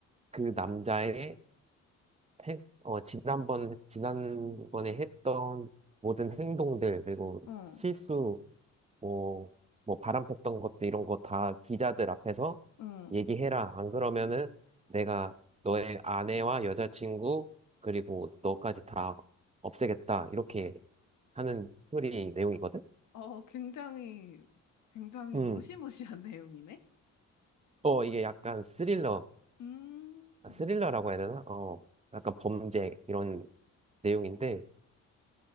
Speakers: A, on the right; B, on the left.
A: 그 남자의 해- 어, 지난번 지난번에 했던 모든 행동들 그리고
B: 어,
A: 실수 뭐, 뭐 바람 폈던 것도 이런 거 다 기자들 앞에서
B: 응.
A: 얘기해라. 안 그러면은 내가 너의 아내와 여자친구 그리고 너까지 다 없애겠다. 이렇게 하는 스토리 내용이거든.
B: 어, 굉장히, 굉장히
A: 음,
B: 무시무시한 <laughs> 내용이네?
A: 어 이게 약간 스릴러,
B: 음,
A: 아,
B: 응.
A: 스릴러라고 해야 되나? 어, 약간 범죄 이런 내용인데,